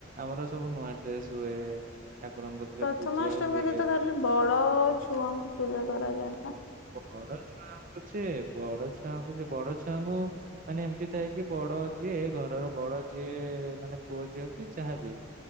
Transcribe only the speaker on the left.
ପ୍ରଥମାଷ୍ଟମୀରେ
ତ ବଡ ଛୁଆଙ୍କୁ ପୂଜା କରାଯାଏ ନା?